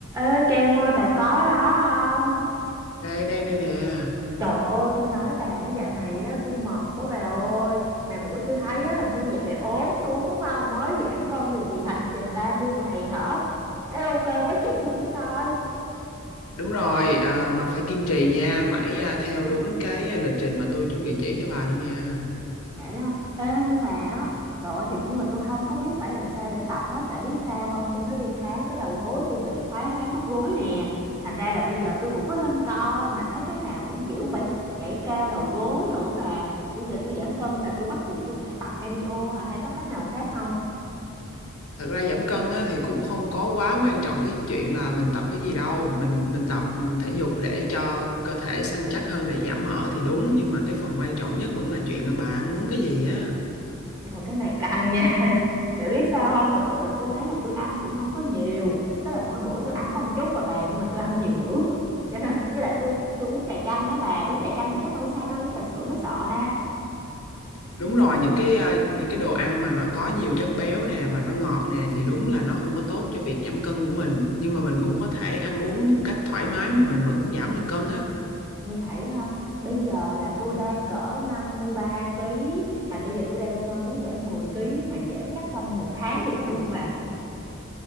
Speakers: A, on the right; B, on the left.
A: Ê Trang ơi bà có đó không?
B: Đây, đang đây nè.
A: Trời ơi tôi nói bà á, dạo này á tôi mệt quá bà ơi Mà bữa tôi thấy á hình như dạo này ốm xuống đúng không? Mới giảm cân được gì hành trình 30 ngày hả? Ê ok quá chỉ tôi với coi
B: Đúng rồi, à, mà phải kiên trì nha, phải à, theo đúng cái lịch trình mà tôi chuẩn bị chỉ cho bà luôn nha.
A: Vậy á. Ê, nhưng mà á, trời ơi thiệt nhưng mà tôi không có biết phải làm sao để tập hết tại biết sao không tôi mới đi khám cái đầu gối tôi bị thoái hóa khớp gối nè thành ra là bây giờ tôi cũng có lên coi mà thấy cái nào cũng kiểu phải nhảy cao đầu gối đồ á bà bây giờ tôi giảm cân là tôi bắt buộc tôi phải tập cardio hả hay có cách nào khác không
B: Thật ra giảm cân á, thì cũng không có quá quan trọng cái chuyện là mình tập cái gì đâu, mình mình tập mình thể dục để cho cơ thể săn chắc hơn để giảm mỡ thì đúng, nhưng mà cái phần quan trọng nhất vẫn là chuyện là bà ăn uống cái gì á.
A: Trời cái này căng nha <laughs> Chị biết sao không Thật sự là tôi thấy là tôi ăn cũng không có nhiều Tức là mỗi bữa tôi ăn có một chút mà bà Nhưng mà tôi ăn nhiều bữa <laughs> Cho nên với lại tôi tôi uống trà chanh đó bà Uống trà chanh thì chắc đâu có sao đâu Uống trà sữa mới sợ ha
B: Đúng rồi, những cái à, những cái đồ ăn mà nó có nhiều chất béo nè và nó ngọt nè thì đúng là nó không có tốt cho việc giảm cân của mình, nhưng mà mình cũng có thể ăn uống một cách thoải mái mà mình vẫn giảm được cân á.
A: Ui hãy ha Bây giờ là tôi đang cỡ năm mươi ba ký Mà bây giờ tôi đang ờ, muốn giảm mười ký Mà giảm chắc trong một tháng thì có được không bà